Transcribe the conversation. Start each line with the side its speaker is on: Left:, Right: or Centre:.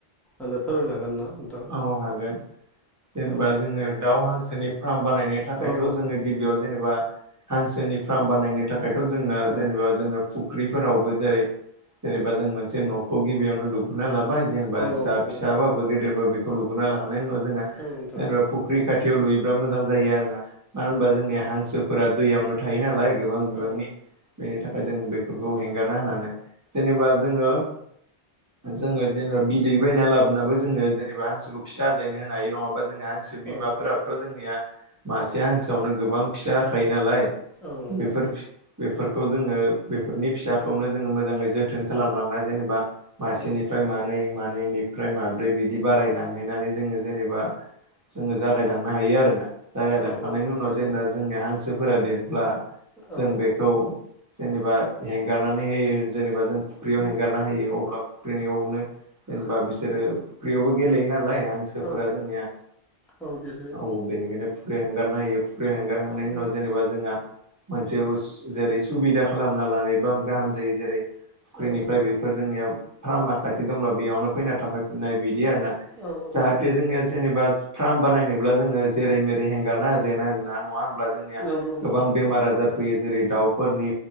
Centre: आं फोरमायनो हागोन ना। नोंथां
Right: औ हागोन जेनेबा
Centre: औ
Right: जोङो दाउ हांसोनि फार्म बानाय थाखायथ'
Centre: औ औ
Right: जोङो गिबियाव जेनेबा हांसोनि फार्म बानायनो थाखाय। ओमायथ' जोंना
Centre: औ
Right: जेनेबा जोङो। फुख्रिफोरावबो जेरै जेनेबा जों मोनसे न'खौ गिबियावनो लुगुरोना लाबो जेनेबा
Centre: औ
Right: फिाबाबो
Centre: औ
Right: गेदेरो बेखौ लुगना लाखानायनायनि उनाव जोंहा
Centre: औ नोंथां
Right: जेनेबा फुख्रि खाथियाव खाथियाव लुयोब्ला मोजां जायो आरो ना मानो होनबा
Centre: औ
Right: जोंनिया
Centre: औ
Right: हांसोफोरा दैयावनो थायो नालाय गोबां बिबांनि
Centre: औ
Right: बेनि थाखाय जों बेफोरखौ हेंगारना होनानै जेनेबा
Centre: औ
Right: जोङो जोङो जेनेबा बिदै बायना लाबोनाबो जोङो जेनबा हांसोखौ फिसा आजायनो होनो हायो नङा होनबा जोंहा हांसो बिमाफोराबोथ'
Centre: औ
Right: जोंनिया मासे हांसोआवनो गोबां फिसा होखायो नालाय
Centre: औ नोंथां
Right: बेफोर बेफोरखौ जोङो बेफोरनि फिसाखौनो जोङो मोजाङै जोथोन खालामलांना जेनेबा मासेनिफ्राय
Centre: औ
Right: मानै मानैनिफ्राय माब्रै बिदि बारायलांहैनानै जोङो जेनेबा जोङो जागायलांनो हायो आरोना जागायलांखांनायनि
Centre: औ औ
Right: उनाव
Centre: हायो
Right: जेनेबा
Centre: नोंथां
Right: जोंनिया हांसोफोरा देरो ब्ला जों
Centre: औ
Right: बेखौ जेनेबा हेंगारनानै होयो जेनेबा जों फुख्रियाव
Centre: उम
Right: हेंगारना होयो अब्ला फुख्रिनियावनो जेनेबा बिसोरो फुख्रियावबो गेलेयो नालाय हांसोफोरा
Centre: औ
Right: जोंनिया
Centre: औ गेलेयो
Right: औ बेनिखायनो फुरि हांगारना होयो बो हेंगारखांनायनि उनाव
Centre: उम
Right: जेनेबा जोंहा मोनसे जेरै सुबिदा खालामना लानायबा गाहाम जायो जेरै फुख्रिनिफ्राय
Centre: औ
Right: बेफोर जोंनिया फार्मा खाथि दंब्ला बेयावनो फैना थाफाय फिननाय बि बि आरो ना
Centre: औ औ
Right: जाहाथे
Centre: औ
Right: जोङो जेनेबा फार्म बानायनोब्ला जोङो जेरै मेरै हेंगार ना हो जेना ना नङा ब्ला जोंनिया
Centre: नंगौ नोंथां
Right: गोबां बेमार आजार फैयो जेरै दाउफोरनि